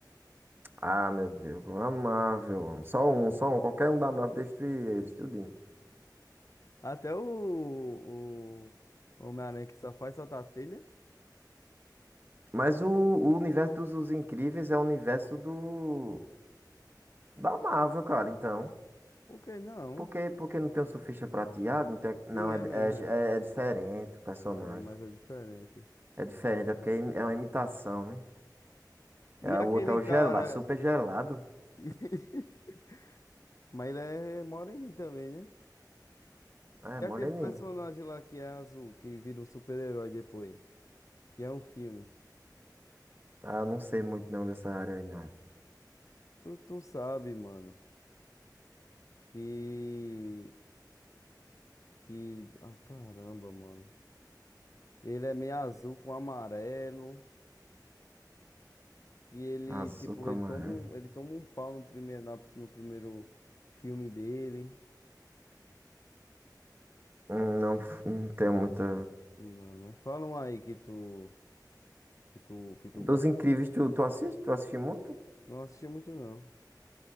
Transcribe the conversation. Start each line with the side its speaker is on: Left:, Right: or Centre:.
Right: Ah, meu Deus, como é amável, eu amo. Só um, só um. Qualquer um da Marvel destruiria eles, tudinho.
Left: Até o, o Homem-Aranha que só faz soltar a telha.
Right: Mas o, o universo dos Os Incríveis é o universo do... Da Marvel, cara, então.
Left: Por que não?
Right: Por que, por que não tem o Surfista Prateado? Não, tem, não
Left: Sim, é
Right: é,
Left: mesmo.
Right: é,
Left: É,
Right: é, é diferente o personagem.
Left: é, mas é diferente.
Right: É diferente, é porque é im- é uma imitação, né?
Left: E
Right: É,
Left: aquele
Right: o outro é o
Left: cara.
Right: gelado, super gelado.
Left: <laughs> Mas ele é moreninho também, né?
Right: Ah,
Left: E
Right: É, moreninho.
Left: aquele personagem lá que é azul, que vira um super-herói depois, que é um filme.
Right: Ah, eu não sei muito não dessa área aí, não.
Left: Tu, tu sabe, mano, que. Que. Ah, caramba, mano. Ele é meio azul com amarelo. Que ele,
Right: Azul
Left: tipo,
Right: com
Left: ele
Right: amarelo.
Left: toma um, ele toma um pau no primeiro, na- no primeiro filme dele.
Right: Hum, Não, f- não tenho muita.
Left: Não, né? Falam aí que tu. Que tu, que tu
Right: Dos
Left: gosta.
Right: Incríveis, tu, tu assiste? Tu assiste muito?
Left: Não assisti muito, não.